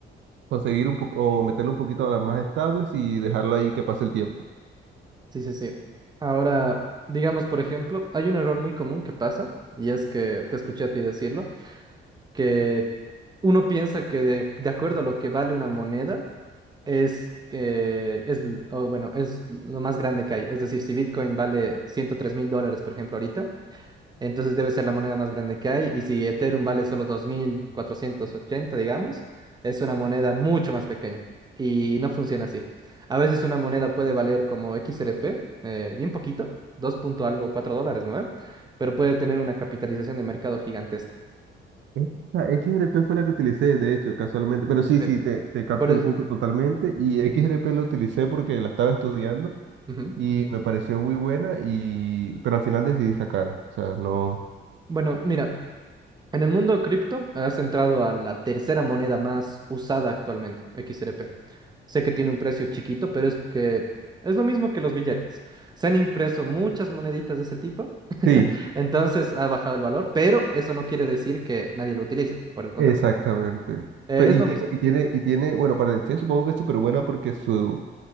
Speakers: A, on the right; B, on the right.
A: conseguir un poco o meterle un poquito a las más estables y dejarla ahí que pase el tiempo.
B: sí, sí, sí. Ahora, digamos, por ejemplo, hay un error muy común que pasa, y es que te escuché a ti decirlo, que uno piensa que de, de acuerdo a lo que vale una moneda, es, eh, es, l- o bueno, es lo más grande que hay. Es decir, si Bitcoin vale ciento tres mil dólares, por ejemplo, ahorita, Entonces debe ser la moneda más grande que hay. Y si Ethereum vale solo 2.480 digamos, es una moneda mucho más pequeña. Y no funciona así. A veces una moneda puede valer como XRP, eh, bien poquito, 2 punto algo, 4 dólares, ¿no? ve? Pero puede tener una capitalización de mercado gigantesca.
A: Esta XRP fue la que utilicé, de hecho, casualmente, pero sí,
B: Sí.
A: sí, te, te capto
B: Por eso-
A: el punto totalmente. Y XRP la utilicé porque la estaba estudiando
B: Ujú.
A: y me pareció muy buena, y, pero al final decidí sacar. O sea, no.
B: Bueno, mira, En el mundo cripto has entrado a la tercera moneda más usada actualmente, XRP. Sé que tiene un precio chiquito, pero es que es lo mismo que los billetes. Se han impreso muchas moneditas de ese tipo,
A: Sí,
B: entonces ha bajado el valor, pero eso no quiere decir que nadie lo utilice, por el contrario.
A: Exactamente.
B: Eh,
A: Pe-
B: es
A: Y
B: lo
A: tiene,
B: mismo.
A: y tiene, y tiene, bueno, para la Exchange supongo que es súper buena porque su,